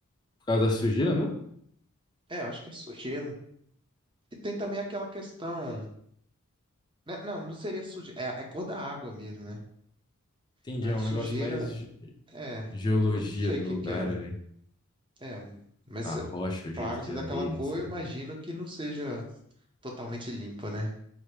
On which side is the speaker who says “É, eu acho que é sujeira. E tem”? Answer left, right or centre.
Right